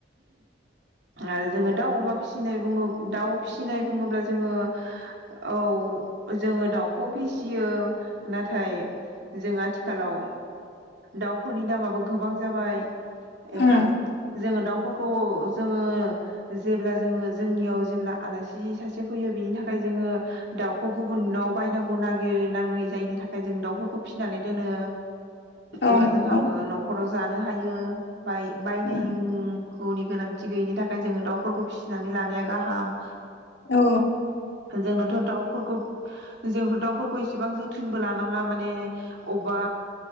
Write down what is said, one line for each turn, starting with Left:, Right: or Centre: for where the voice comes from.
Right: आरो जोङो दाउ अमा फिसिनाय बुङो दाउ फिसिनाय बुङोब्ला जोङो औ जोङो दाउखौ फिसियो नाथाय जों आथिखालाव दाउ फोरनि दामाबो गोबां जाबाय
Left: उम
Right: एबा जोङो दाउफोरखौ जोङो जेब्ला जोङो जोंनियाव जेब्ला आलासि सासे फैयो बेनि थाखाय जोङो दाउखौ गुबुनाव बायनांगौ नागिरनाङै जायिनि थाखाय जों दाउफोरखौ फिसिनानै दोनो
Left: औ
Right: एबा
Left: नंगौ
Right: जोंहाबो न'खरावबो जानो हायो बाय बाय <unintelligible> गोनांथि
Left: औ
Right: गैयिनि थाखाय जोङो दाउफोरखौ फिसिनानै लानाया गाहाम।
Left: औ
Right: जोंनोथ' दाउफोरखौ जोंथ' दाउफोरखौ इसेबां जोथोनबो लानाङा माने अबेबा